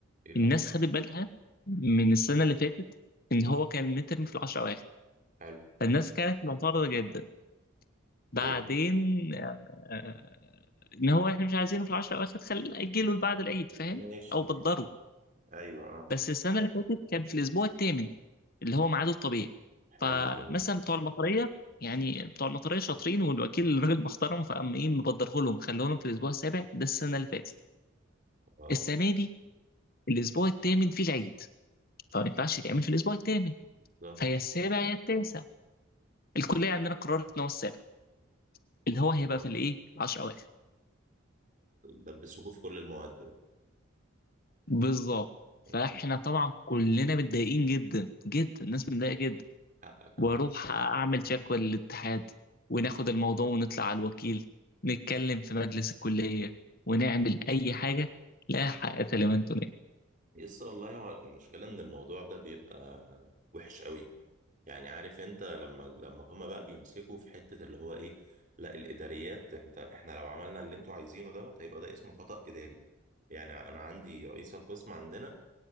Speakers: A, on the right (about 40°); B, on the left (about 45°).
A: ايه اللي
B: الناس
A: حصل
B: خدت بالها من السنه اللي فاتت ان هو كان الميد ترم في العشرة اواخر
A: حلو
B: فالناس كانت معترضة جدا
A: ليه
B: بعدين آه، ان هو احنا مش عايزينه في العشر الاواخر خل اجله لبعد العيد فاهم
A: ماشي
B: او بتضره
A: ايوه اه
B: بس السنة اللي فاتت كان في الاسبوع الثامن اللي هو ميعاده الطبيعي
A: حلو
B: فمثلا
A: جميل
B: بتوع المطرية يعني بتوع المطرية شاطرين والوكيل راجل محترم فقام ايه مبدره لهم خلوه لهم في الاسبوع السابع ده السنة اللي فاتت
A: اه
B: السنة دي الاسبوع الثامن فيه العيد فما ينفعش يتعمل في الاسبوع الثامن
A: بالظبط
B: فهي السابع يا التاسع الكلية عندنا قررت ان هو السابع اللي هو هيبقى
A: آه.
B: في الايه 10
A: دبسوكوا في كل المواد بقى
B: بالظبط فاحنا
A: مم.
B: طبعا كلنا متضايقين جدا جدا الناس متضايقه جدا
A: حقك يا
B: واروح
A: عم
B: اعمل شكوى للاتحاد وناخد الموضوع ونطلع على الوكيل نتكلم في مجلس الكليه ونعمل اي حاجه لا حق لمن تنال
A: يس والله هو المشكلة إن الموضوع ده بيبقى وحش قوي يعني عارف أنت لما لما هما بقى بيمسكوا في حتة اللي هو إيه لا الإداريات أنت إحنا لو عملنا اللي أنتوا عايزينه دوت هيبقى ده اسمه خطأ إداري يعني أنا عندي رئيس القسم عندنا